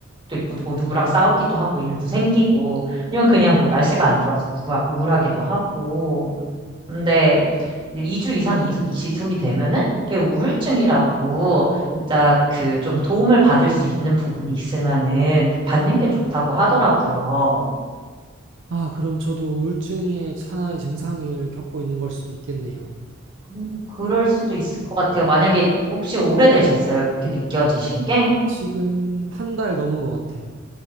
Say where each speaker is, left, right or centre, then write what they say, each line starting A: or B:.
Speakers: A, on the right; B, on the right.
A: 도 있고 뭐 누구랑 싸우기도 하고 일도 생기고 아니면 그냥 뭐 날씨가 안 좋아서 우울하, 우울하기도 하고
B: 네.
A: 근데 이제 2주 이상 이소- 지속이 되면은 그게 우울증이라고 진짜 그 좀 도움을 받을 수 있는 부분이 있으면은 받는 게 좋다고 하더라고요.
B: 아, 그럼 저도 우울증의 하나의 증상을 겪고 있는 걸 수도 있겠네요.
A: 음, 그럴 수도 있을 것 같아요. 만약에 혹시 오래되셨어요? 이렇게 느껴지신 게?
B: 지금 한 달 넘은 것 같아요.